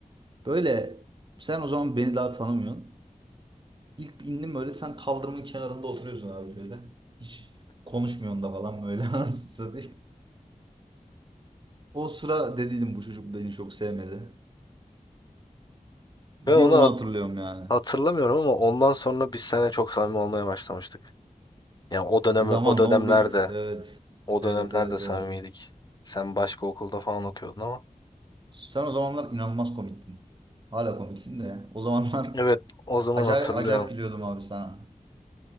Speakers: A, on the right (about 35°); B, on the left (about 30°).
A: Böyle sen o zaman beni daha tanımıyorsun. İlk indim böyle sen kaldırımın kenarında oturuyorsun abi şöyle. Hiç konuşmuyorsun da falan böyle <laughs> anasını satayım. O sıra dediydim bu çocuk beni çok sevmedi. Bir
B: Ben onu
A: onu
B: hat-
A: hatırlıyorum yani.
B: hatırlamıyorum ama ondan sonra biz seninle çok samimi olmaya başlamıştık. Yani o dönem
A: Zamanla
B: o dönemlerde
A: olduk. Evet.
B: o
A: Evet
B: dönemlerde
A: evet
B: samimiydik.
A: evet.
B: Sen başka okulda falan okuyordun ama.
A: Sen o zamanlar inanılmaz komiktin. Hala komiksin de. O zamanlar
B: Evet,
A: <laughs>
B: o zaman
A: acayip
B: hatırlıyorum.
A: acayip gülüyordum abi sana.